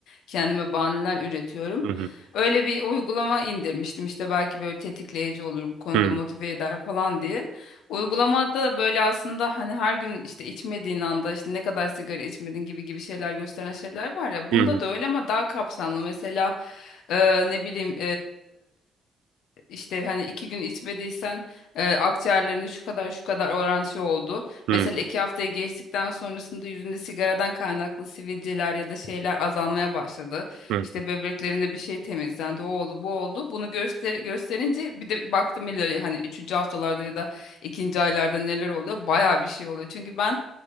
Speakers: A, on the left; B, on the right.
A: Kendime bahaneler üretiyorum.
B: Hı hı.
A: Öyle bir uygulama indirmiştim. işte belki böyle tetikleyici olur bu konuda
B: Hı
A: motive eder falan diye. Uygulamada böyle aslında hani her gün işte içmediğin anda işte ne kadar sigara içmedin gibi gibi şeyler gösteren şeyler var ya. Bunda
B: hı. Hı hı.
A: da öyle ama daha kapsamlı. Mesela e, ne bileyim işte hani iki gün içmediysen e, akciğerlerinde şu kadar şu kadar oran şey oldu.
B: Hı
A: Mesela iki haftaya geçtikten sonrasında yüzünde sigaradan kaynaklı sivilceler ya da şeyler azalmaya başladı.
B: hı.
A: İşte böbreklerinde bir şey temizlendi. O oldu, bu oldu. Bunu göster gösterince bir de baktım ileri hani üçüncü haftalarda ya da ikinci aylarda neler oluyor. Bayağı bir şey oluyor. Çünkü ben